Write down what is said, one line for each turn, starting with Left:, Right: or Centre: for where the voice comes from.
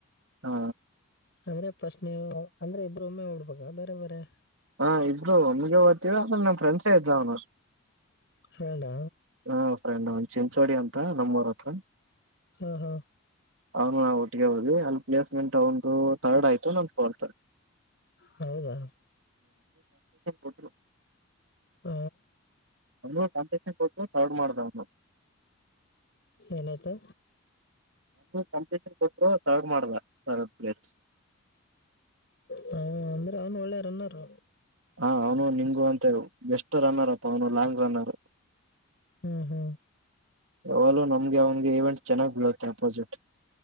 Right: ಹಾ.
Left: ಅಂದ್ರೆ ಫಸ್ಟ್ ನೀವು ಅಂದ್ರೆ ಇಬ್ರು ಒಮ್ಮೆ ಡ್ಬೇಕ ಬೇರೆ ಬೇರೆ.
Right: ಹಾ ಇದಬ್ರು ಒಮಗೆ ಹೋಗ್ತಿವಿ ಅಂದ್ರೆ ನಮ ಫ್ರೆಂಡ್ಸೇ ಇದ್ದ ಅವ್ನು.
Left: ಫ್ರೆಂಡ್.
Right: ಹಾ ಫ್ರೆಂಡ್ ಒನ್ ಚಿಂಚೋಡಿ ಅಂತ ನಮ್ಮೂರ ಹತ್ರ.
Left: ಹಾ ಹಾ
Right: ಅವನು ನಾವು ಒಟ್ಟಿಗೆ ಹೋದ್ವಿ ಅಲ್ಲಿ ಪ್ಲೇಸ್ಮೆಂಟ್ ಒಂದು ತರ್ಡ್ ಆಯ್ತು ನ ಫೋತ್
Left: ಹೌದಾ
Right: ಕೊಟ್ಟರು
Left: ಹ
Right: ಅವನು ಕಾಂಪಿಟೇಶನ್ ಕೊಟ್ಟು ತಾರ್ಡ್ ಮಾಡ್ದ್ಣ
Left: ಏನಾಯ್ತು
Right: ಕಂಪಿಟಷನ್ ಕೊಟ್ಟು ತಾರ್ಡ್ ಮಾಡ್ದ ತಾರ್ಡ್ ಪ್ಲೇಸ್
Left: ಹಾ ಅಂದ್ರೆ ಅವನ್ ಒಳ್ಳೆ ರನ್ನರ್
Right: ಹಾ ಅವ್ನು ನಿಂಗು ಅಂತೆ ಎಸ್ ರನ್ನರ್ ಅಪ್ಪ ಅವನು ಲಾಂಗ್ ರನ್ನರ್
Left: ಹ್ಮ್ ಹ್ಮ್
Right: ಯಾವಲೂ ನಮ್ಗೆ ಅವನ್ಗೆ ಈವೆಂಟ್ ಚೆನ್ನ್ ಬೀಳುತ್ತೆ ಅಪೋಸಿಟ್